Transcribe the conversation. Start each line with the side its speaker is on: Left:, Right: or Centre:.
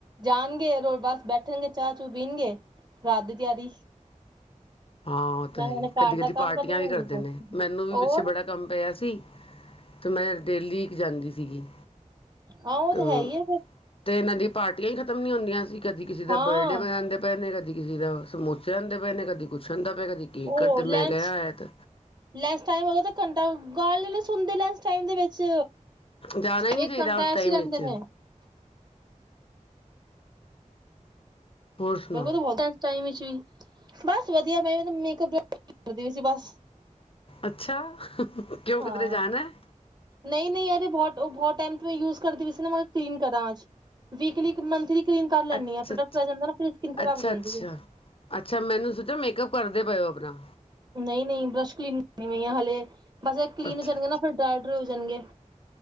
Right: ਜਾਣਗੇ ਬਸ ਬੈਠਣਗੇ ਚਾਹ ਚੂ ਪੀਣਗੇ ਰਾਤ ਦੀ ਤਿਆਰੀ
Left: ਹਾਂ ਉਹ ਤਾਂ
Right: ਨਾ
Left: ਹੈ
Right: ਉਹਨੇ
Left: ਹੀ ਕਦੀ
Right: ਘਰ
Left: ਕਦੀ
Right: ਦਾ ਕੰਮ
Left: ਪਾਰਟੀਆਂ
Right: ਕਰਨਾ ਨਾ
Left: ਵੀ
Right: ਇਹਨਾਂ
Left: ਕਰਦੇ
Right: ਕੁਛ
Left: ਨੇ ਮੈਨੂੰ ਵੀ
Right: ਹੋਰ
Left: ਪਿੱਛੇ ਬੜਾ ਕੰਮ ਪਿਆ ਸੀ ਤੇ ਮੈਂ ਡੇਲੀ ਜਾਂਦੀ ਸੀਗੀ
Right: ਆਹ ਉਹ
Left: ਤ
Right: ਤੇ ਹੈ ਹੀ ਆ ਫਿਰ
Left: ਤੇ ਇਹਨਾਂ ਦੀ ਪਾਰਟੀਆਂ ਹੀ ਖ਼ਤਮ ਨੀ ਹੁੰਦੀਆਂ ਸੀ ਕਦੀ ਕਿਸੇ
Right: ਹਾਂ
Left: ਦਾ ਬਰਡੇ ਮਨਾਉਂਦੇ ਪਏ ਨੇ ਕਦੀ ਕਦੀ ਕਿਸੇ ਦਾ ਸਮੋਸੇ ਹੁੰਦੇ ਪਏ ਨੇ ਕਦੀ ਕੁੱਛ ਦਾ ਕਦੀ ਕੀ
Right: ਉਹ
Left: ਕਰਦੇ ਮੈਂ
Right: ਲੰਚ
Left: ਕਿਹਾ ਆਇਆ ਤੇ
Right: ਲੈਸ ਟਾਈਮ ਹੋ ਗਿਆ ਤਾਂ ਘੰਟਾ ਗੱਲ ਨੀ ਸੁਣਦੇ ਨੇ ਇਸ ਟਾਈਮ ਦੇ ਵਿੱਚ
Left: ਜਾਣਾ ਹੀ ਨਹੀ
Right: ਇੱਕ
Left: ਚਾਹੀਦਾ
Right: ਘੰਟਾ
Left: ਉਸ
Right: ਐਸੇ
Left: ਟਾਈਮ
Right: ਲੈਂਦੇ
Left: ਵਿੱਚ
Right: ਨੇ
Left: ਹੋਰ ਸੁਣਾਓ
Right: ਮੇਲ ਬਮ ਬਸ ਵਧੀਆ ਮੈਂ ਮੇਕਅਪ ਕਰਦੀ ਸੀ ਬਸ
Left: ਅੱਛਾ ਕਿਉਂ
Right: ਹਾਂ
Left: ਕਿਧਰੇ ਜਾਣਾ ਹੈ
Right: ਨਹੀਂ ਨਹੀਂ ਯਾਰ ਬਹੁਤ ਬਹੁਤ ਟਾਈਮ ਮੈਂ ਯੂਜ਼ ਕਰਦੀ ਸੀ ਮੈਂ ਕਲੀਨ ਕਰਾਂ ਆਜ ਵੀਕਲੀ ਮੰਥਲੀ ਕਲੀਨ ਕਰ ਲੈਂਦੀ
Left: ਅੱਛਾ
Right: ਆ ਪ੍ਰੋਡਕਟ
Left: ਅੱਛ
Right: ਆ ਜਾਂਦਾ ਨਾ ਫਿਰ ਸਕਿਨ ਖਰਾਬ
Left: ਅੱਛਾ
Right: ਹੋ ਜਾਂਦੀ
Left: ਅੱਛਾ
Right: ਹੈ
Left: ਅੱਛਾ ਮੈਨੂੰ ਸੋਚਿਆ ਮੇਕਅਪ ਕਰਦੇ ਪਏ ਹੋ ਹੋਰਰਾ
Right: ਨਹੀਂ ਨਹੀਂ ਬਰਸ਼ ਕਲੀਨ ਕਰਨੀ ਪਈ ਆ ਹਾਲੇ ਬਸ ਇਹ ਕਲੀਨ
Left: ਅੱਛਾ
Right: ਹੋ ਜਾਣਗੇ ਨਾ ਫਿਰ ਡਰਾ ਡ ਜਾਣਗੇ